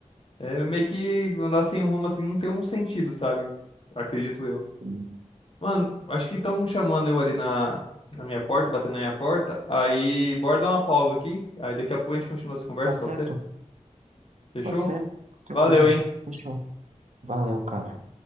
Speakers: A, on the left; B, on the right.
A: é meio que andar sem um rumo assim não tem um sentido, sabe? Acredito eu.
B: E
A: Mano, acho que estão chamando eu ali na, na minha porta, batendo na minha porta. Aí, bora dar uma pausa aqui. Aí daqui a pouco a gente continua essa conversa,
B: Tá certo?
A: pode ser? Fechou?
B: Pode ser. Tranquilo.
A: Valeu, hein?
B: Fechou. Valeu, cara.